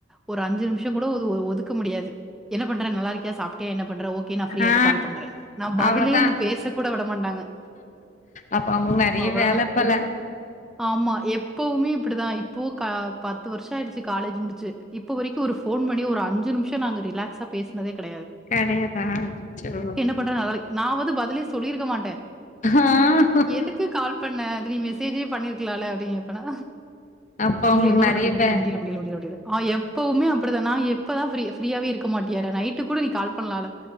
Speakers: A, in the centre; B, on the left.
A: ஒரு அஞ்சு நிம்ஷங்கூட ஒதுஒ ஒதுக்க முடியாது என்ன பண்ற நல்ல இருக்கியா சாப்ட்டியா என்ன பண்ற ஓக் கே நா ஃப்ரீயாய்ட்டு
B: ஆ
A: கால் பண்ற நா பதிலே
B: அவ்ளோதா
A: பேசக்கூட விட மாட்டாங்க.
B: அப்ப அவுங்களுக்கு நறைய
A: அவ்வளதான்.
B: வேல போல
A: ஆமா எப்பவுமே இப்படிதா இப்போ கா பத்து வருஷோ ஆயிடுச்சு காலேஜ் முடிச்சு இப்போ வரைக்கு ஒரு ஃபோன் பண்ணி ஒரு அஞ்சு நிம்ஷோ நாங்க ரிலாக்ஸா நாங்க பேசனதே கெடயாது
B: கெடையதா அச்சோ
A: பண்ற நல்லால் நா வந்து பதிலே சொல்லீருக்க மாட்ட
B: ஆஹ்
A: எதுக்கு கால் பண்ண அது நீ மெசேஜே பண்ணீருக்கலால அப்டின்னு கேப்பனா
B: அப்ப அவங்களுக்கு
A: இல்ல என்ன பண்றது
B: நெறைய
A: முடில
B: வே
A: முடில முடில முடில முடில ஆனா எப்பவுமே அப்பிடிதா நா எப்பதா ஃப்ரீ ஃப்ரீயாவே இருக்க மாட்டியாடா நைட்டு கூட நீ கால் பண்லால